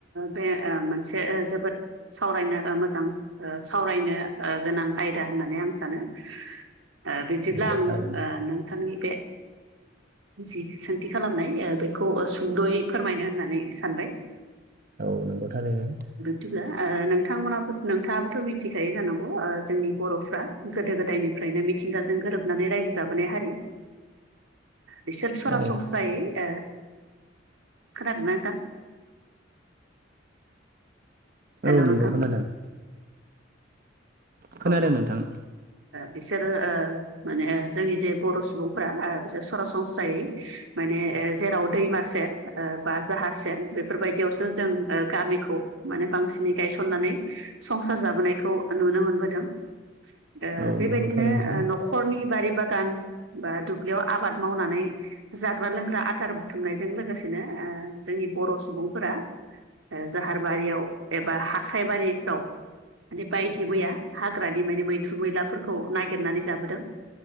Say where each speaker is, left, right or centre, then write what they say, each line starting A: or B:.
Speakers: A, on the right (about 80°); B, on the right (about 50°).
A: बे मोनसे जोबोद सावरायनो ओ मोजां सावरायनो गोनां आयदा होननानै आं सानो ओ‌ बिदिब्ला
B: नंगौ
A: आं
B: थारैनो
A: ओ नोंथांनि बे जि सोंथि खालामनाय बेखौ सुंद'यै फोरमायनो होननानै सानबाय
B: औ नंगौथारै नों
A: बिदिब्ला नोंथांमोनाबो नोंथाङाबोथ' मिथिखायो जानांगौ ओ जोंनि बर'फ्रा गोदो गोदायनिफ्रायनो मिथिंगाजों गोरोबनानै रायजो जाबोनाय हारि
B: <inaudible>
A: बिसोर सरासनस्रायै
B: औ
A: ओ खोनादोंना नोंथां? हेल'
B: औ नंगौ
A: नोंथां
B: खोनादों। खोनादों
A: औ -औ ओ
B: नोंथां
A: बिसोरो ओ माने जोंनि जे बर' सुबुंफ्रा ओ बिसोर सरासनस्रायै माने ओ जेराव दैमा सेर ओ बा जाहा सेर बेफोरबायदियावसो जों गामिखौ माने बांसिनै गायसननानै संसार जाबोनायखौ नुनो मोनबोदों। ओ
B: औ
A: बेबायदिनो
B: नंगौ थारैनो
A: ओ न'खरनि बारि बागान बा दुब्लियाव आबाद मावनानै जाग्रा लोंग्रा आथार बुथुमनायजों लोगोसेनो ओ जोंनि बर' सुबुंफोरा ओ जाहारबारियाव एबा हाख्राइबारिफ्राव माने बायदि मैया हाग्रानि माने मैथ्रु मैलाफोरखौ नागिरनानै जाबोदों।